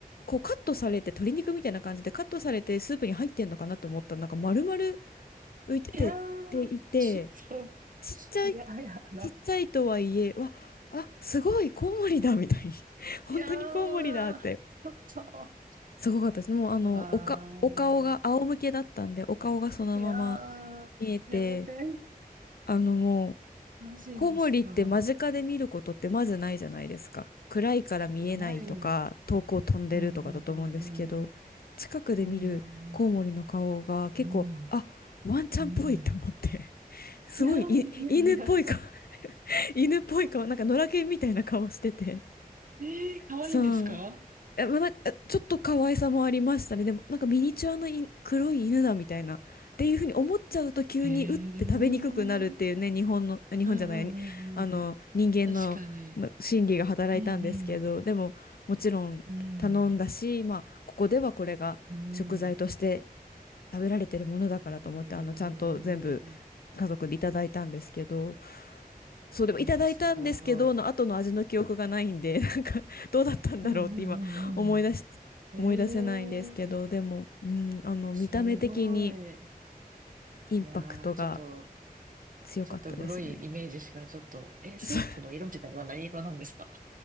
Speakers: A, on the left; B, on the right.
A: こうカットされて鶏肉みたいな感じでカットされてスープに入ってんのかなと思ったらなんか丸々浮いててっていて
B: いやーちょっと、
A: ちっちゃい、
B: いやいやな。
A: ちっちゃいとはいえ、わ、あ、すごい、コウモリだ、みたいに。<laughs> 本当にコウモリだって。
B: いやーちょっと、
A: すごかったです。もう、あの、
B: あー
A: おか、お顔が仰向けだったんで、お顔がそのまま
B: いやーやめて。
A: 見えて、あの、もう、
B: マジですか。
A: コウモリって間近で見ることってまずないじゃないですか。暗いから見えないとか、
B: ないね
A: 遠くを飛んでるとかだと思うんですけど、
B: うんうんうんうん。
A: 近くで見るコウモリの顔が結構、
B: うんうんうん。うん
A: あ、ワンちゃんっぽいと思って。
B: うん。
A: すごい、
B: いやー、
A: い、犬っぽい顔
B: いや
A: <laughs> 犬っぽい顔、なんか野良犬みたいな顔してて。
B: えー、可愛いいんですか
A: そう。え、まあ、なんか、ちょっと可愛さもありましたね。でも、なんかミニチュアの犬黒い犬だみたいな。っていうふうに思っちゃうと急にうって食べにくくなるっていうね、
B: えー、
A: 日本の、あ日本じゃない、
B: うんうんうんうん。
A: にあの、人間の、
B: 確かに。
A: の心理が働いたんですけど、
B: うんうん。
A: でも、もちろん頼んだし、
B: うん。
A: まあ、ここではこれが食材として
B: うん。
A: 食べられてるものだからと思って、
B: えー、
A: あの、ちゃんと全部家族でいただいたんですけど、そうでもいただいたんですけどの後の味の記憶がないんで
B: えー、すごい。
A: <laughs> なんかどうだったんだろうって今思い出し
B: うんうんうんうん。
A: 思い出せないんですけどでもうんあの見た目的に
B: えー、すごい。
A: インパクトが
B: いやー、ちょっと、
A: 強かったですね。
B: ちょっとグロいイメージしかちょっと、え、スープの色自体は何色なんですか
A: <laughs> そう